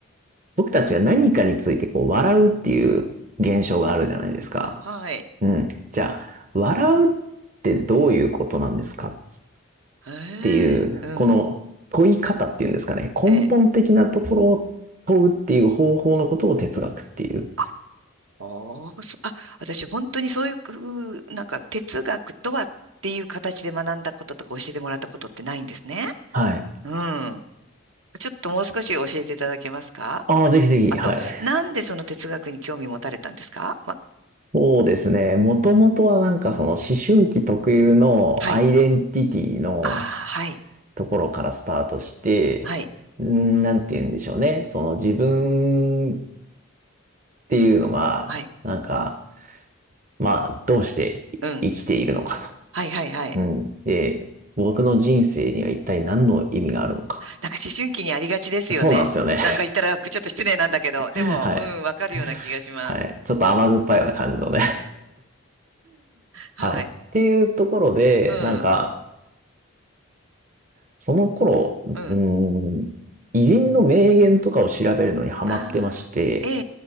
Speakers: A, on the right; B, on the right.
A: 僕たちが何かについてこう笑うっていう現象があるじゃないですか。
B: あ、はい。
A: うん。じゃあ、笑うってどういうことなんですかっ
B: へ
A: ていう、
B: え、うん。
A: この問い方っていうんですかね。根本的なところを問うっていう方法のことを哲学っていう。
B: ええ。あ、ああ、そ、あ、私本当にそういう、なんか哲学とはっていう形で学んだこととか教えてもらったことってないんですね。
A: はい。
B: うん。ちょっともう少し教えていただけますかあ、
A: ああ、ぜひぜひ、
B: あと、
A: はい。
B: なんでその哲学に興味持たれたんですか、ま、
A: そうですね。もともとはなんかその思春期特有のアイデンティティの
B: はい。ああ、はい。
A: ところからスタートして、
B: はい。
A: うーんなんて言うんでしょうね。その自分っていうのが、
B: はい。
A: なんか、まあ、どうして生きているのか
B: うん。はいはいはい。
A: と。うん。で、僕の人生には一体何の意味があるのか
B: なんか思春期にありがちですよね。
A: と。そうなんですよね。
B: なんか言ったらちょっと失礼なんだけど、
A: <laughs>
B: でも、
A: はい。
B: うん、わかるような気がします。
A: はい。ちょっと甘酸っぱいような感じのね
B: はい。
A: はい。っていうところで、
B: うん、
A: なんか、その頃、
B: うん。
A: うーん、偉人の名言とかを調べるのにハマってまして、
B: ああ、えええ